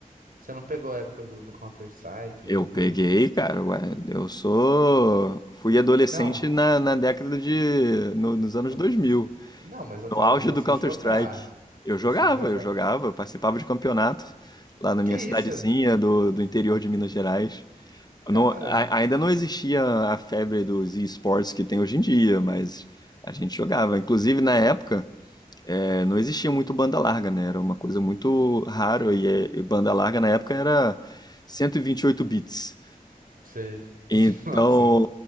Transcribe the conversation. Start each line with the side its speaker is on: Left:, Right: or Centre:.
Right: você não pegou a época do, do Counter-Strike,
Left: Eu
Right: jogou?
Left: peguei, cara, ué, eu sou. Fui adolescente
Right: Não,
Left: na, na década de. no- nos anos
Right: eu-
Left: dois mil
Right: não, mas eu
Left: No
Right: falo
Left: auge
Right: de você
Left: do Counter-Strike,
Right: jogar.
Left: eu
Right: Você
Left: jogava,
Right: jogar.
Left: eu jogava, eu participava de campeonato lá na minha
Right: Que isso?
Left: cidadezinha do, do interior de Minas Gerais. Não-
Right: Cara,
Left: a- ainda não existia a febre dos esportes que tem hoje em dia, mas a gente jogava. Inclusive, na época, é, não existia muito banda larga, né? Era uma coisa muito rara e, é- e banda larga na época era 128 bits.
Right: você.
Left: Então,
Right: <laughs> Nossa,